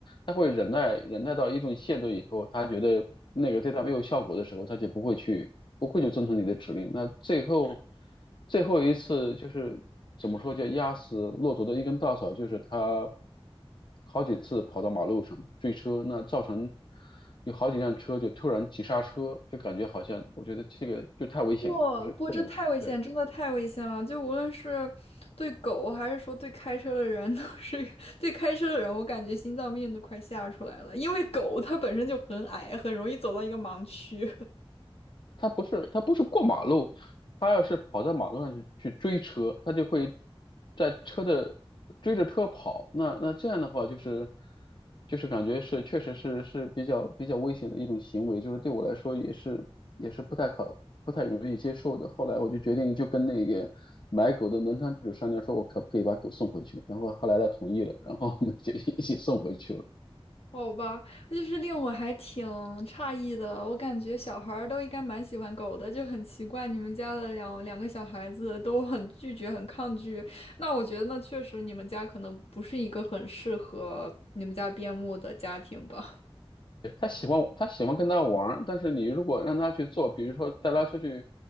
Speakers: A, on the left; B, on the left.
A: 他会忍耐忍耐到一定限度以后，他觉得那个对他没有效果的时候，他就不会去。不会就遵从你的指令。那最后最后一次就是怎么说叫压死骆驼的一根稻草，就是他好几次跑到马路上追车，那造成有好几辆车就突然急刹车，就感觉好像我觉得这个就太危险了，
B: 不不，
A: 就是不能对。
B: 这太危险，真的太危险了。就无论是对狗，还是说对开车的人，都是 <laughs> 对开车的人，我感觉心脏病都快吓出来了，因为狗它本身就很矮，很容易走到一个盲区。
A: 他不是他不是过马路，他要是跑到马路上去去追车，他就会在车的追着车跑。那那这样的话，就是就是感觉是确实是是比较比较危险的一种行为，就是对我来说也是也是不太可不太容易接受的。后来我就决定就跟那个买狗的农场主商量，说我可不可以把狗送回去，然后后来他同意了，然后我们就一起送回去了。
B: 好吧，就是令我还挺诧异的。我感觉小孩儿都应该蛮喜欢狗的，就很奇怪，你们家的两两个小孩子都很拒绝、很抗拒。那我觉得那确实你们家可能不是一个很适合你们家边牧的家庭吧。
A: 对，他喜欢他喜欢跟他玩儿，但是你如果让他去做，比如说带他出去，